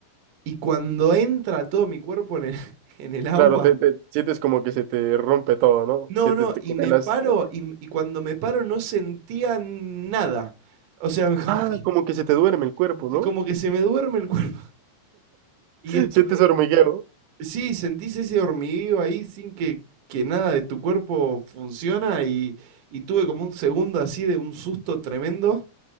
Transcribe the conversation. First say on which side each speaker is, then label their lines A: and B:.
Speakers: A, on the right; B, on the right.
A: y cuando entra todo mi cuerpo en el, <laughs> en el agua,
B: Claro, te, te sientes como que se te rompe todo, ¿no?
A: no,
B: Sientes,
A: no,
B: te
A: y
B: congelas.
A: me paro y, y cuando me paro no sentía nada. O sea, <laughs> como
B: Ah,
A: que,
B: como que se te duerme el cuerpo,
A: sí,
B: ¿no?
A: como que se me duerme el cuerpo.
B: <laughs>
A: Y estuve,
B: Sientes hormigueo.
A: sí, sentís ese hormigueo ahí sin que, que nada de tu cuerpo funciona y, y tuve como un segundo así de un susto tremendo.